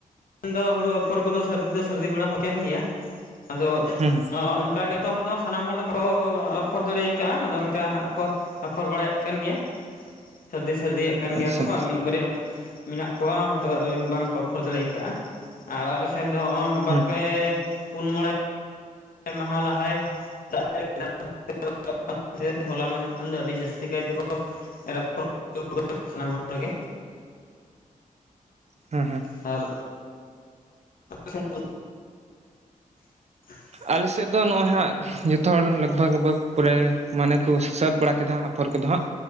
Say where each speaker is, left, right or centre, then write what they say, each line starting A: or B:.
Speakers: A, on the left; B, on the right.
A: ᱫᱚ ᱦᱩᱲᱩ ᱟᱯᱷᱚᱨ ᱠᱚᱫᱚ ᱥᱟᱹᱨᱫᱤ ᱫᱚ ᱥᱟᱹᱨᱫᱤ ᱵᱮᱲᱟ ᱦᱚᱸᱠᱮᱱ ᱜᱮᱭᱟ ᱟᱫᱚ
B: ᱦᱮᱸ ᱦᱮᱸ
A: ᱚᱸ ᱚᱱᱠᱟ ᱡᱚᱛᱚ ᱦᱚᱲ ᱫᱚ ᱥᱟᱱᱟᱢ ᱦᱚᱲ ᱫᱚ ᱵᱟᱠᱚ ᱟᱯᱷᱚᱨ ᱫᱟᱲᱮ ᱟᱠᱟᱫᱼᱟ ᱟᱫᱚ ᱚᱱᱠᱟ ᱦᱟᱸᱜ ᱠᱚᱼᱼ ᱟᱯᱷᱚᱨ ᱵᱟᱲᱟᱭᱮᱫ ᱠᱟᱱ ᱜᱮᱭᱟ ᱥᱟᱹᱨᱫᱤ ᱥᱟᱹᱨᱫᱤᱭᱟᱜᱼᱼ ᱠᱟᱱ
B: ᱟᱪᱪᱷᱟ
A: ᱜᱮᱭᱟᱠᱚ
B: ᱟᱪᱪᱷᱟ
A: ᱢᱤᱫ ᱵᱟᱨᱭᱟ ᱢᱮᱱᱟᱜ ᱠᱚᱣᱟ ᱦᱭᱛᱳ ᱵᱟᱝᱠᱚ ᱚᱯᱷᱚᱨ ᱫᱟᱲᱮᱭᱟ᱾ ᱠᱟ ᱟ ᱟᱨ ᱟᱞᱮ ᱥᱮᱱ ᱫᱚ
B: ᱦᱮᱸ
A: ᱵᱟᱨᱯᱮ ᱯᱩᱱ ᱢᱚᱬᱮ ᱢᱟᱦᱟ ᱞᱟᱦᱟᱭ <inaudible> <inaudible> ᱦᱚᱞᱟ ᱢᱟᱦᱫᱮᱨ ᱠᱷᱚᱱ ᱫᱚ ᱟᱹᱰᱤ ᱡᱟᱹᱥᱛᱤ ᱠᱟᱭ ᱛᱮᱠᱚ <inaudible> ᱥᱟᱱᱟᱢ ᱦᱚᱲᱜᱮ ᱦᱮᱸ
B: ᱦᱮᱸ ᱦᱮᱸ
A: ᱟᱨ <unintelligible> <unintelligible>
B: ᱟᱞᱮ ᱥᱮᱫ ᱫᱚ ᱱᱚᱜᱼᱚᱭ ᱦᱟᱸᱜ᱾ ᱡᱚᱛᱚ ᱦᱚᱲ ᱞᱟᱜᱽᱵᱷᱟᱜᱽ ᱞᱟᱜᱽᱵᱷᱟᱜᱽ ᱯᱚᱨᱮ ᱢᱟᱱᱮ ᱠᱚ ᱥᱟᱹᱛ ᱵᱟᱲᱟ ᱠᱮᱫᱟ ᱟᱯᱷᱚᱨ ᱠᱚᱫᱚ ᱦᱟᱸᱜ᱾